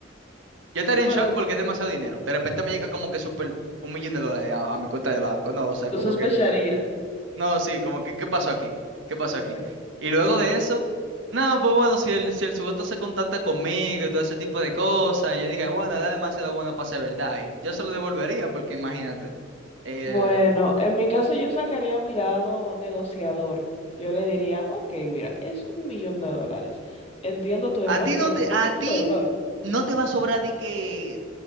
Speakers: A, on the right; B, on the left.
A: yo estaría
B: Bueno,
A: en shock porque es demasiado dinero. De repente me llega como que super un millón de dólares a, a mi cuenta de banco, ¿no? O sea,
B: tú
A: como
B: sospecharías.
A: que... No, sí, como que, ¿qué pasó aquí? ¿Qué pasó
B: Exacto.
A: aquí? Y luego de eso, no, pues bueno, si el, si el sujeto se contacta conmigo y todo ese tipo de cosas, yo dije, bueno, era demasiado bueno para ser verdad. Y yo se lo devolvería, porque imagínate, eh,
B: Bueno, en mi caso yo sacaría a mi lado negociador. Yo le diría, ok, mira, es un millón de dólares. Entiendo tu error,
A: a ti
B: pero
A: no te,
B: fue
A: a
B: tu
A: ti
B: error.
A: no te va a sobrar di que,